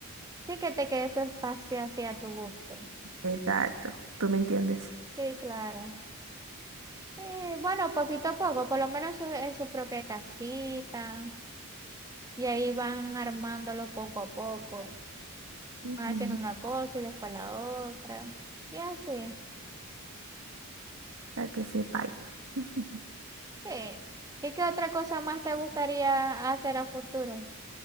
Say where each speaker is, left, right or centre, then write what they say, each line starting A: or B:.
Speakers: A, on the right; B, on the right.
A: sí que te quede tu espacio así a tu gusto.
B: Exacto, tú me entiendes.
A: Sí, claro. Eh, bueno, poquito a poco, por lo menos en su, en su propia casita, y ahí van armándolo poco a poco,
B: Ujú,
A: van haciendo una cosa y después la otra, y así.
B: Para que sepáis. <laughs> Ujú.
A: Sí. ¿Y qué otra cosa más te gustaría hacer a futuro?